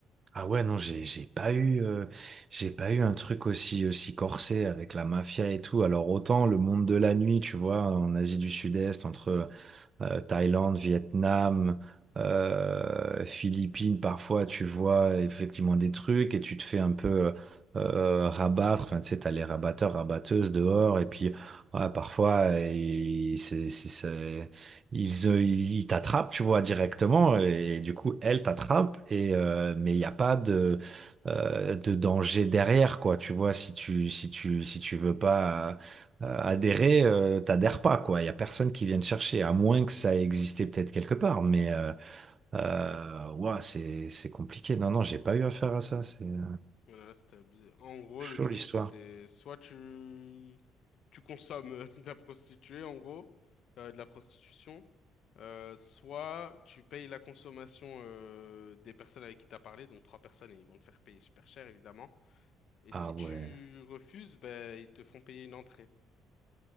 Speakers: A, on the right; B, on the left.
A: Ah ouais, non, j'ai j'ai pas eu euh, j'ai pas eu un truc aussi aussi corsé avec la mafia et tout. Alors autant le monde de la nuit, tu vois, en Asie du Sud-Est, entre euh, Thaïlande, Vietnam, euh, Philippines, parfois tu vois effectivement des trucs et tu te fais un peu euh, euh, rabattre. Enfin, tu sais, t'as les rabatteurs, rabatteuses dehors et puis ouais, parfois ils, c'est, c'est- c'est- ils, euh, ils t'attrapent, tu vois, directement et, et du coup elle t'attrape et euh, mais il n'y a pas de euh, de danger derrière quoi tu vois si tu si tu si tu veux pas euh, adhérer, euh, t'adhères pas, quoi. Il y a personne qui vienne chercher, à moins que ça ait existé peut-être quelque part. Mais euh, euh, ouah, c'est c'est compliqué. Non, non, j'ai pas eu affaire à ça. C'est euh,
B: Voilà, c'était abusé. En gros,
A: chaud
B: le truc,
A: l'histoire.
B: c'était soit tu tu consommes euh, <laughs> de la prostituée en gros, euh, de la prostitution, euh, soit tu payes la consommation euh, des personnes avec qui t'as parlé, donc trois personnes et ils vont te faire payer super cher évidemment. Et
A: Ah
B: si
A: ouais,
B: tu refuses, ben ils te font payer une entrée.